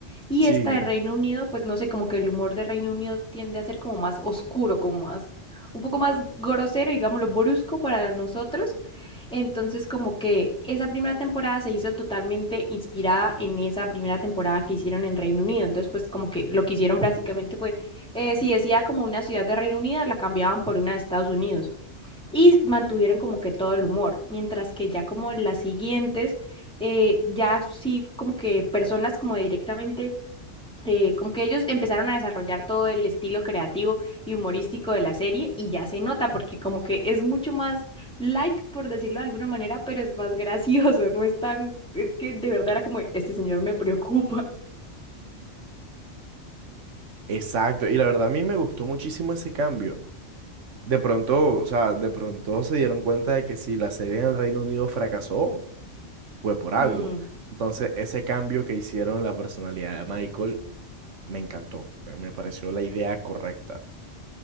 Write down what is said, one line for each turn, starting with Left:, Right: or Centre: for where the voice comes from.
Centre: Y
Right: Sí,
Centre: esta de Reino Unido, pues no sé, como que el humor de Reino Unido tiende a ser como más oscuro, como más, un poco más grosero, digámoslo, brusco para nosotros. Entonces, como que esa primera temporada se hizo totalmente inspirada en esa primera temporada que hicieron en Reino Unido. Entonces, pues como que lo que hicieron básicamente fue eh, si decía como una ciudad de Reino Unido, la cambiaban por una de Estados Unidos y mantuvieron como que todo el humor, mientras que ya como en las siguientes, eh, ya sí como que personas como directamente, eh, como que ellos empezaron a desarrollar todo el estilo creativo y humorístico de la serie y ya se nota porque como que es mucho más like, por decirlo de alguna manera, pero es más gracioso, no es tan, es que de verdad era como, este señor me preocupa.
Right: exacto. Y la verdad a mí me gustó muchísimo ese cambio. De pronto, o sea, de pronto se dieron cuenta de que si la serie en el Reino Unido fracasó, fue por algo.
Centre: Mm,
Right: Entonces, ese cambio que hicieron en la personalidad de Michael me encantó. Me, me pareció la idea correcta.